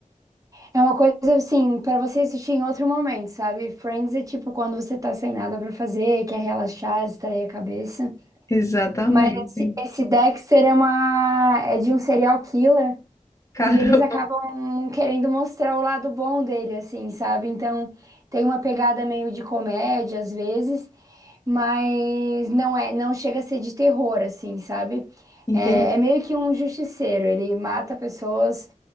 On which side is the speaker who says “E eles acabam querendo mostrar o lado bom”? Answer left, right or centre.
Right